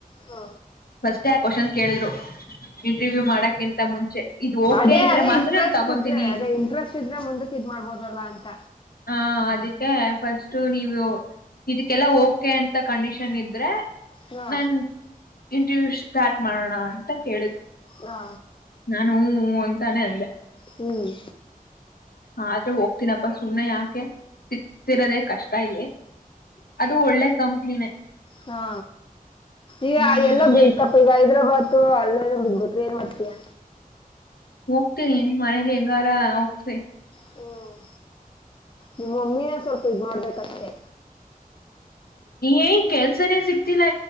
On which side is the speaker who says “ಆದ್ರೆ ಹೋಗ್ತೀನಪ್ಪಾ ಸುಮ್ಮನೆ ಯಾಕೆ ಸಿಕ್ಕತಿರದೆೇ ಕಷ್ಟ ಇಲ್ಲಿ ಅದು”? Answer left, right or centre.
Left